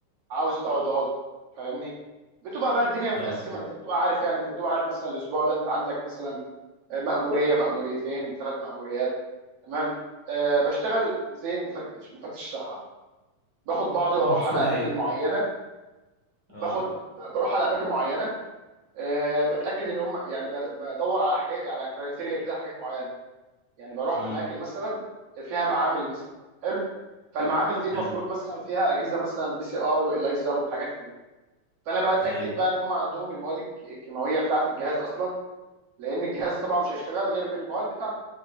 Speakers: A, on the right; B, on the left.
A: عاوز تقعد اقعد فاهمني بتبقى بقى الدنيا متقسمه
B: اه
A: انت بتبقى عارف يعني انت بتبقى عارف مثلا الاسبوع ده انت عندك مثلا آه، مأموريه مأموريتين ثلاث مأموريات تمام أه بشتغل زي مفتش مفتش صحه باخد بعضي واروح
B: <laughs>
A: على
B: أيوة
A: اماكن معينه
B: اه
A: باخد ب- بروح على اماكن معينه أه بتاكد ان هم يعني ب- بدور على حاجات على كرايتيريا كده حاجات معينه يعني بروح
B: امم
A: اماكن مثلا فيها معامل مثلا حلو فالمعامل دي المفروض
B: حلو
A: مثلا فيها اجهزه مثلا بي سي ار واليزا وحاجات كده فانا بقى اتاكد
B: أيوة
A: بقى ان هم عندهم المواد الك- الكيماويه بتاعه الجهاز اصلا لان الجهاز طبعا مش هيشتغل غير بالمواد بتاعته